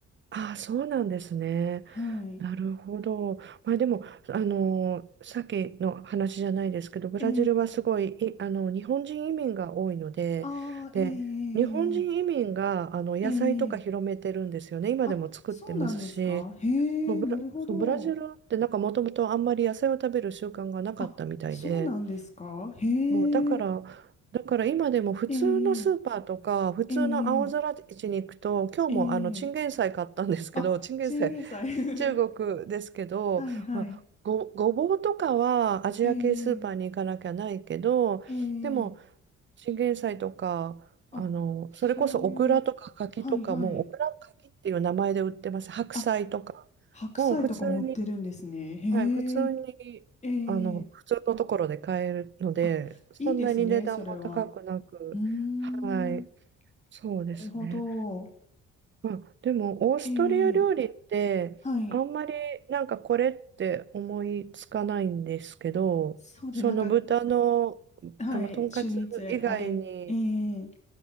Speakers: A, on the right; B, on the left.
A: ああ、そうなんですね。
B: はい。
A: なるほど。まあ、でも、あのさっきの話じゃないですけど、ブラジルはすごい、
B: ええ、
A: い、あの、日本人移民が多いので、
B: ああ、
A: で、
B: え
A: 日本人移民が、
B: え、
A: あの、野菜とか広めてるんですよね。
B: ええ、ええ
A: 今でも作ってますし、
B: あ、そうなんですか。へえ、
A: もうブラ、
B: なるほど。
A: そう、ブラジルってなんかもともとあんまり野菜を食べる習慣がなかったみたいで、
B: あ、そうなんですか。へえ、
A: もうだから、だから今でも普通のスーパーとか、
B: ええ、
A: 普通の青空市に行くと、
B: ええ、
A: 今日もあのチンゲン菜買ったんですけど、
B: ええ。あ、
A: <laughs> チンゲン菜、
B: チンゲン菜。<laughs>
A: 中国ですけど、
B: はいはい。
A: まあ、ご、ごぼうとかはアジア系スーパーに行かなきゃないけど、
B: ええ、ええ。
A: でもチンゲン菜とか、
B: あ、
A: あの、
B: そういう、
A: それこそオクラとか柿とかも、
B: はいはい。
A: オクラ柿っていう名前で売ってます。白菜とか。
B: あ、白菜とかも売ってるんですね。
A: もう普通に
B: へえ、
A: はい、普通に、
B: え
A: あの、
B: え。
A: 普通のところで買えるので、
B: あ、
A: そんなに値段も高くなく、
B: いいですね、それは。うーん、
A: はい、
B: な
A: そうですね。
B: るほど。
A: まあ、でも、オーストリア料理って、
B: ええ、はい。
A: あんまりなんかこれって思いつかないんですけど、
B: そうで、
A: その豚の、
B: なんかはい、
A: あの、とんかつ以外に
B: シュニッツェ揚げ、えー、